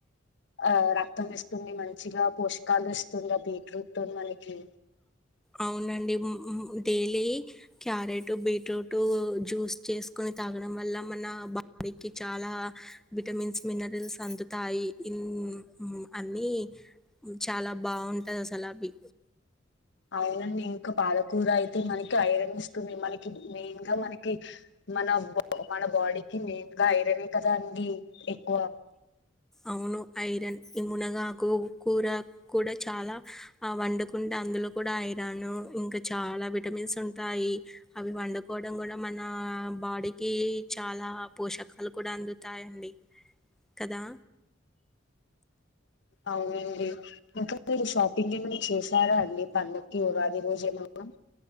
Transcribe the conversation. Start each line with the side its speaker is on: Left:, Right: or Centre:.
Left: ఆ రక్తం ఇస్తుంది, మంచిగా పోషకాలు ఇస్తుంది, ఆ బీట్రూట్ మనకి.
Centre: అవునండి. Daily carrot, beetroot to juice చేసుకొని తాగడం వల్ల మన బాడీకి చాలా విటమిన్స్, మినరల్స్ అందుతాయి. ఇన్ మ్ మ్ అన్ని చాలా బాగుంటాది అసలు అవి.
Left: అవునండి. ఇంకా పాలకూర అయితే మనకి ఐరన్ ఇస్తుంది. మనకి మెయిన్ గా మనకి, మన బా మన బాడీకి మెయిన్ గా ఐరనే కదా అండి ఎక్కువ!
Centre: అవును. ఐరన్ ఈ మునగాకు కూర కూడ చాలా ఆ వండకుండా అందులో కూడ ఐరాను ఇంకా చాలా విటమిన్స్ ఉంటాయి. అవి వండుకోవడం కూడా మన, ఆ బాడీకి చాలా పోషకాలు కూడ అందుతాయండి. కదా?
Left: అవునండి. ఇంకా మీరు షాపింగ్ ఏమన చేశారా అండి పండక్కి ఉగాది రోజు ఏ ఎ వ